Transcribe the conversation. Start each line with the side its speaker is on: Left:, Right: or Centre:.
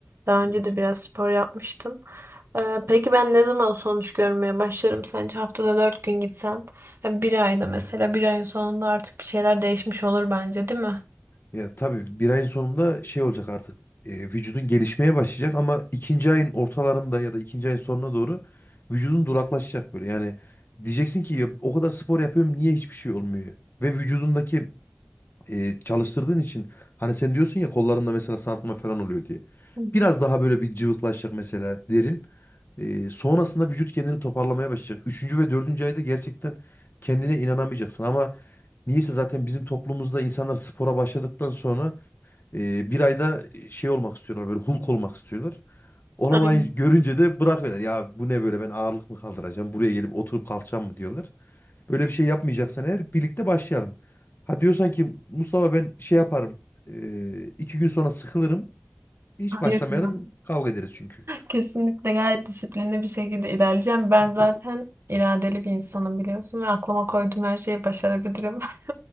Right: Daha önce
Left: Evet.
Right: de biraz spor yapmıştım. E, peki ben ne zaman sonuç görmeye başlarım sence? Haftada dört gün gitsem. Yani bir ayda mesela bir ayın sonunda artık bir şeyler değişmiş olur bence, değil mi?
Left: Ya tabii bir ayın sonunda şey olacak artık. e, vücudun gelişmeye başlayacak ama ikinci ayın ortalarında ya da ikinci ayın sonuna doğru vücudun duraklaşacak böyle. Yani diyeceksin ki ya, o kadar spor yapıyorum niye hiçbir şey olmuyor? Ve vücudundaki e, çalıştırdığın için hani sen diyorsun ya kollarında mesela sarkma falan oluyor diye.
Right: Hı hı.
Left: Biraz daha böyle bir cıvıklaşacak mesela derin. E, sonrasında vücut kendini toparlamaya başlayacak. Üçüncü ve dördüncü ayda gerçekten kendine inanamayacaksın ama niyeyse zaten bizim toplumumuzda insanlar spora başladıktan sonra e, bir ayda şey olmak istiyorlar böyle Hulk olmak istiyorlar. Olamayı
Right: Aynen.
Left: görünce de bırakıyorlar. Ya bu ne böyle ben ağırlık mı kaldıracağım buraya gelip oturup kalkacağım mı diyorlar. Böyle bir şey yapmayacaksan eğer birlikte başlayalım. Ha diyorsan ki Mustafa ben şey yaparım. eee, iki gün sonra sıkılırım. Hiç
Right: Hayır
Left: başlamayalım
Right: ya.
Left: kavga ederiz çünkü.
Right: Kesinlikle gayet disiplinli bir şekilde ilerleyeceğim. Ben
Left: <laughs>
Right: zaten iradeli bir insanım biliyorsun ve aklıma koyduğum her şeyi başarabilirim. <laughs>